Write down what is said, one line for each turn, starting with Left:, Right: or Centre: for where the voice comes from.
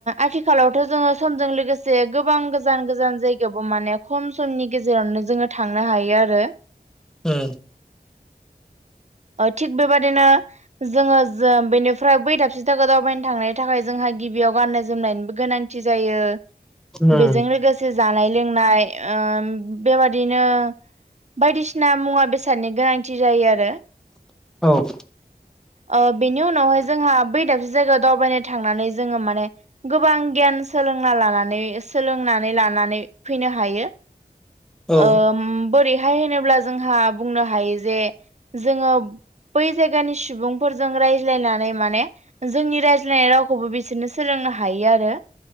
Right: आथिखालावथ' जोङो समजों लोगोसे गोबां गोजान गोजान जायगायावबो माने खम समनि गेजेरावनो जोङो थांनो हायो आरो
Centre: उम
Right: थिग बेबादिनो जोङो जो बेनिफ्राय बै दाबसे दावबायनो थांनायनि थाखाय जोंहा गिबियाव गाननाय जोमनायनि गोनांथि जायो
Centre: उम
Right: बेजों लोगोसे जानाय लोंनाय ओ बेबादिनो बायदिसिना मुवा बेसादनि गोनांथि जायो आरो
Centre: औ
Right: ओ बेनि उनावहाय जोंहा बै दाबसे जायगायाव दावबायनो थांनानै जोङो माने गोबां गियान सोलोंना लानानै सोलोंनानै लानानै फैनो हायो।
Centre: औ
Right: ओ बोरै होनोब्ला जोंहा बुंनो हायोजे जोङो बै जाइगानि सुबुंफोरजों रायज्लायनानै माने जोंनि रायज्लायनाय रावखौबो बिसोरनो सोलोंनो हायो आरो